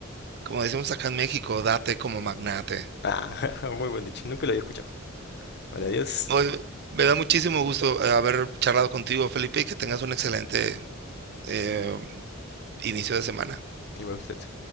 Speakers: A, on the right; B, on the left.
A: Como decimos acá en México, date como magnate.
B: Ah, <laughs> muy buen dicho, nunca lo había escuchado. Vale, adiós.
A: Oye, me da muchísimo gusto eh, haber charlado contigo, Felipe, y que tengas un excelente eh, inicio de semana.
B: Igual a usted.